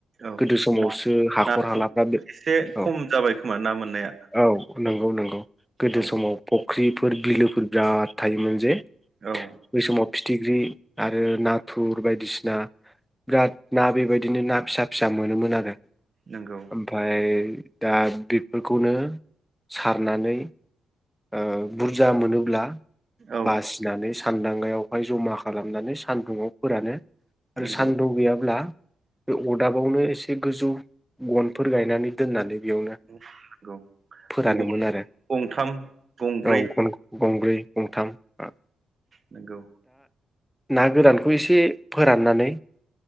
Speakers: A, on the right; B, in the centre.
A: औ
B: गोदो समावसो
A: ना
B: हाखर
A: ना
B: हालाफ्रा बे
A: एसे खम
B: औ
A: जाबाय खोमा ना मोननाया
B: औ नंगौ नंगौ गोदो
A: औ
B: समाव फख - फुख्रिफोर बिलोफोर बिराद थायोमोन जे
A: औ
B: बै समाव फिथिग्रि नाय रो नाथुर बायदिसिना बिराद ना बेबायदिनो ना फिसा फिसा मोनोमोन आरो।
A: नंगौ
B: ओमफाय दा बेफोरखौनो सारनानै ओ बुरजा मोनोब्ला
A: औ
B: बासिनानै सा सानदांगायावहाय जमा खालामनानै सानदुंङाव फोरानो आरो
A: नंगौ
B: सान्दु गैयाब्ला बे अदाबावनो एसे गोजौ गनफोर गायनानै दोननानै बेयावनो
A: नंगौ
B: फोरानोमोन
A: गनखौ
B: आरो
A: गंथाम गंब्रै
B: औ गंनखौ गंब्रै गं थाम आ
A: नोंगौ।
B: ना गोरानखौ एसे फोराननानै